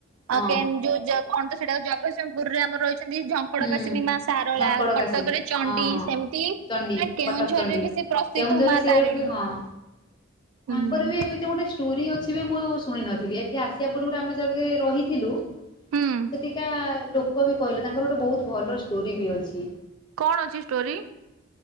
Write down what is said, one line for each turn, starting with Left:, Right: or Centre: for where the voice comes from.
Left: ହଁ
Right: ଆ କେନ୍ଦୁ କଣ ତ ସେଟା ଜଗତସିଂହପୁରରେମ ରହିଛନ୍ତି। ପଡ
Left: ହୁଁ।
Right: ବାସିନୀ ମା ସାରଳା
Left: ଝଙ୍କଡ଼
Right: କଟକରେ
Left: କାସିନୀ
Right: ଚଣ୍ଡି
Left: ହଁ ହଁ
Right: ସେମିତି
Left: ଚଣ୍ଡୀ
Right: ନା କେଉଁଝର
Left: କଟକ ଚଣ୍ଡୀ।
Right: ବେଶ ପ୍ରସିଦ୍ଧ
Left: କେଉଁଝରରେ
Right: ମା
Left: ସିଏ
Right: ତାରିଣୀ।
Left: ଗୋଟେ ହଁ।
Right: ହୁଁ।
Left: ତାଙ୍କର ବି ଏମିତି ଗୋଟେ ଷ୍ଟୋରି ଅଛି ବି ମୁଁ ଶୁଣି ନଥିଲି ଏଠି ଆସିବା ପୂର୍ବରୁ ଆମେ ଯେ ରହିଥିଲୁ
Right: ହୁଁ
Left: ସେଠିକା ଲୋକ ବି କହିଲେ ତାଙ୍କର ଗୋଟେ ବହୁତ ଭଲ ଷ୍ଟୋରି ବି ଅଛି।
Right: କଣ ଅଛି ଷ୍ଟୋରି?